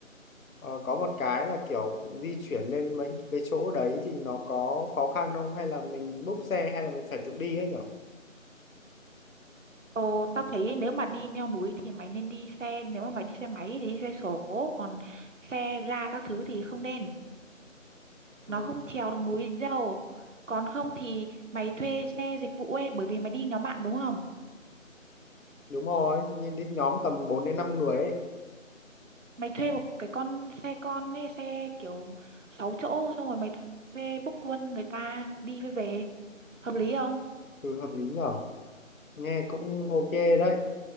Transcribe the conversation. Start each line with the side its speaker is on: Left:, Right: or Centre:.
Left: ờ, có một cái là kiểu di chuyển lên mấy cái chỗ đấy thì nó có khó khăn không hay là mình búc xe hay là mình phải tự đi ấy nhở
Right: Ồ, tao thấy nếu mà đi leo núi thì mày nên đi xe, nếu mà mày đi xe máy thì đi xe số, còn xe ga các thứ thì không nên, nó
Left: ừ,
Right: không trèo được núi đâu. Còn không thì mày thuê xe dịch vụ ấy, bởi vì mày đi nhóm bạn đúng không?
Left: đúng rồi nhìn đến nhóm tầm 4 đến 5 người ấy
Right: Mày thuê một cái con xe con ấy, xe kiểu 6 chỗ, xong rồi mày thuê book luôn người ta đi với về, hợp lý không?
Left: ừ, hợp lý nhở nghe cũng ok đấy